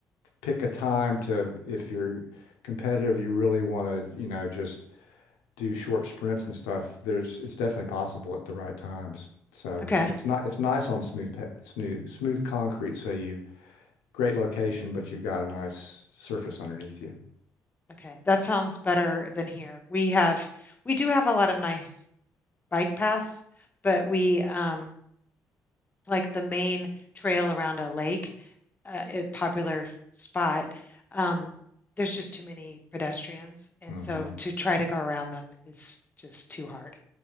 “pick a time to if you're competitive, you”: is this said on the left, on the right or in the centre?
Left